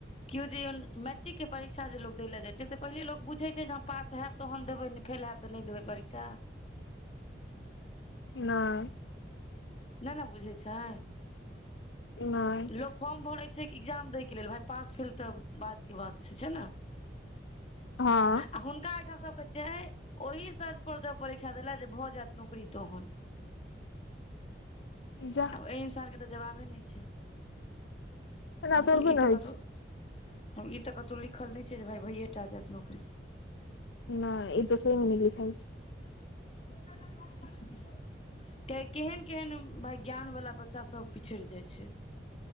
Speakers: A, on the left; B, on the left.
A: केओ जे मैट्रिक के परीक्षा जे लोग देले जाइ छै तऽ पहिले लोक बुझै छै जे हम पास होयब तहन देबै नहि फेल होयब तऽ नहि देबै परीक्षा
B: नहि
A: नहि नऽ बुझै छैय
B: नहि
A: लोक फॉर्म भरै छै कि एकग्जाम दैके लेल भाइ पास भेल तऽ बादके बात से छै नऽ
B: हँ
A: आ हुनका एहिठाम सबके छै ओहि शर्त पर परीक्षा देल जाउ भऽ जायत नौकरी तोहन
B: जा
A: आब एहि इंसानके तऽ जवाबे नहि छै
B: एना
A: हम
B: थोड़बे
A: कहल ई
B: ने
A: तऽ
B: होइ
A: कतो ई तऽ कतहु लिखल नहि छै जे भााय भइएटा जायत नौकरी
B: नहि ई त सेहो नहि लिखल छैय
A: <inaudible> केहन केहन भाय ज्ञानवला बच्चासभ पिछड़ि जाइ छै